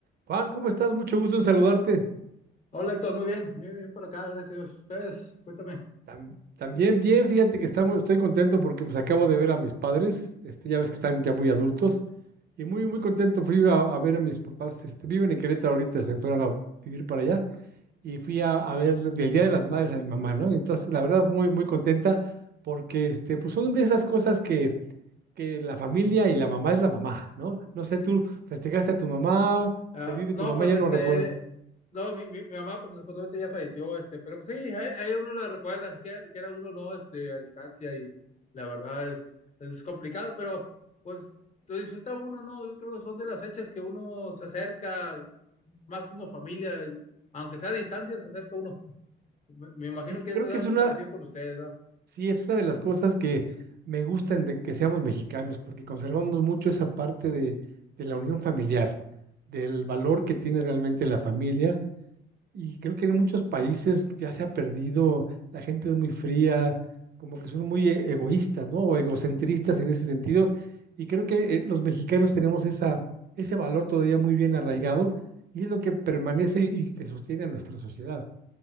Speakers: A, on the right (about 55°); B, on the left (about 35°).
A: Juan, ¿cómo estás? Mucho gusto en saludarte.
B: Hola Héctor, muy bien, muy bien por acá, gracias a Dios. Ustedes, cuéntame.
A: Tam- también bien, fíjate que estamos, estoy contento porque pues acabo de ver a mis padres, este, ya ves que están ya muy adultos, y muy, muy contento fui a, a ver a mis papás, este, viven en Querétaro ahorita, se fueron a vivir para allá, y fui a, a ver del Día de las Madres a mi mamá, ¿no? Entonces, la verdad, muy, muy contenta porque, este, pues son de esas cosas que, que la familia y la mamá es la mamá, ¿no? No sé, tú festejaste a tu mamá,
B: Ah,
A: te vive
B: no,
A: tu mamá,
B: pues
A: ya
B: este,
A: no recuerdo.
B: no, mi, mi- mi mamá pues desafortunadamente ya falleció, este, pero pues sí, ahí, ahí uno la recuerda, que, que era uno no, este, a distancia y la verdad es, es complicado, pero pues lo disfruta uno, ¿no? Yo creo que son de las fechas que uno se acerca más como familia, aunque sea a distancia, se acerca uno. Me, me imagino
A: Y que
B: que
A: creo
B: eso es
A: que
B: algo
A: es una,
B: parecido con ustedes, ¿no?
A: Sí, es una de las cosas que me gustan de que seamos mexicanos, porque conservamos mucho esa parte de, de la unión familiar, del valor que tiene realmente la familia. Y creo que en muchos países ya se ha perdido, la gente es muy fría, como que son muy e- egoístas, ¿no? O egocentristas en ese sentido. Y creo que eh, los mexicanos tenemos esa, ese valor todavía muy bien arraigado y es lo que permanece y que sostiene a nuestra sociedad.